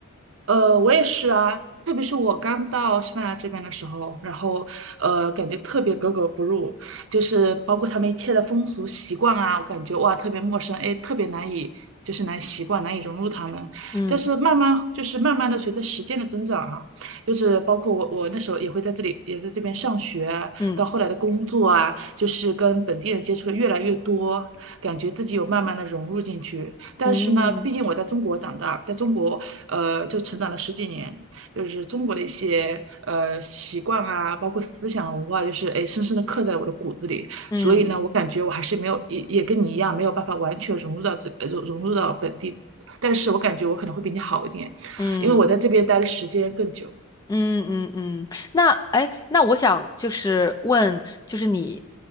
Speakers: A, on the right; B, on the left.
A: 呃，我也是啊，特别是我刚到西班牙这边的时候，然后呃，感觉特别格格不入，就是包括他们一切的风俗习惯啊，我感觉哇，特别陌生，哎，特别难以就是难以习惯，难以融入他们。
B: 嗯
A: 但是慢慢就是慢慢的随着时间的增长哈，就是包括我我那时候也会在这里也在这边上学，
B: 嗯
A: 到后来的工作啊，就是跟本地人接触的越来越多，感觉自己有慢慢的融入进去。但是呢，
B: 嗯
A: 毕竟我在中国长大，在中国呃就成长了十几年，就是中国的一些呃习惯啊，包括思想文化，就是哎深深的刻在了我的骨子里。
B: 嗯
A: 所以呢，我感觉我还是没有也也跟你一样，没有办法完全融入到这呃融融入到本地。但是我感觉我可能会比你好一点，
B: 嗯
A: 因为我在这边待的时间更久。
B: 嗯嗯嗯，那哎，那我想就是问，就是你